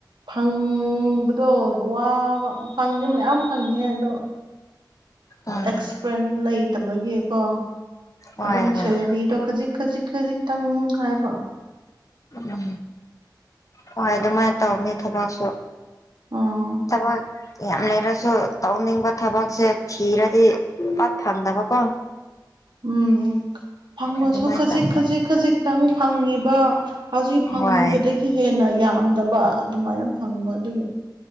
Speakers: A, on the right (about 80°); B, on the left (about 45°).
A: ꯐꯪꯕꯗꯣ ꯋꯥꯕ ꯐꯪꯗꯦ ꯃꯌꯥꯝ ꯐꯪꯉꯦ ꯑꯗꯣ
B: ꯎꯝ
A: ꯑꯦꯛꯁꯄ꯭ꯔꯦꯟꯁ ꯂꯩꯇꯕꯒꯤꯀꯣ
B: ꯍꯣꯏ
A: ꯑꯗꯨꯝ
B: ꯍꯣꯏ
A: ꯁꯦꯂꯔꯤꯗꯣ ꯈꯖꯤꯛ ꯈꯖꯤꯛ ꯈꯖꯤꯛꯇꯪ ꯍꯥꯏꯕ
B: ꯎꯝ ꯍꯣꯏ ꯑꯗꯨꯃꯥꯏꯅ ꯇꯧꯅꯤ ꯊꯕꯛꯁꯨ
A: ꯎꯝ
B: ꯇꯃꯣ ꯌꯥꯝ ꯂꯩꯔꯁꯨ ꯇꯧꯅꯤꯡꯕ ꯊꯕꯛꯁꯦ ꯊꯤꯔꯗꯤ ꯄꯠ ꯐꯪꯗꯕꯀꯣ
A: ꯎꯝ ꯐꯪꯉꯁꯨ
B: ꯑꯗꯨꯃꯥꯏꯅ
A: ꯈꯖꯤꯛ
B: ꯇꯧ
A: ꯈꯖꯤꯛ ꯈꯖꯤꯛꯇꯪ ꯐꯪꯉꯤꯕ ꯍꯧꯖꯤꯛ ꯐꯪꯉꯤꯕꯗꯒꯤ
B: ꯍꯣꯏ
A: ꯍꯦꯟꯅ ꯌꯥꯝꯗꯕ ꯑꯗꯨꯃꯥꯏꯅ ꯐꯪꯕ ꯑꯗꯨꯒꯤ